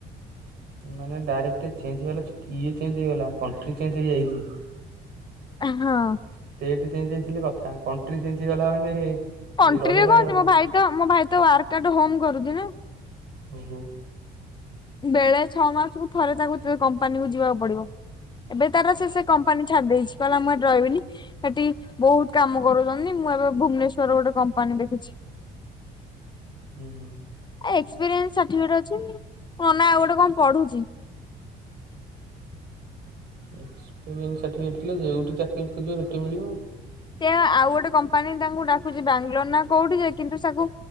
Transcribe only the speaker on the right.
ମାନେ ଡାଇରେକ୍ଟ ଚେଞ୍ଜ ହେଇଗଲା ଇଏ ଚେଞ୍ଜ ହେଇଗଲା କଣ୍ଟ୍ରି ଚେଞ୍ଜ ହେଇଯାଇଛି।
ଷ୍ଟେଟ ଚେଞ୍ଜ ହେଇଥିଲେ କଥା କଣ୍ଟ୍ରି ଚେଞ୍ଜ ହେଇଗଲା ମାନେ
ରହିଗଲା
ଆଉ
ଓ ହୋ।
ହୁଁ ହୁଁ।
ଏକ୍ସପେରିଏନସ୍ ସାଟି ପିକେଟ୍ ଥିଲେ ଯୋଉଠି ଚାକିରି ଖୋଜିବ ସେଠି ମିଳିବ।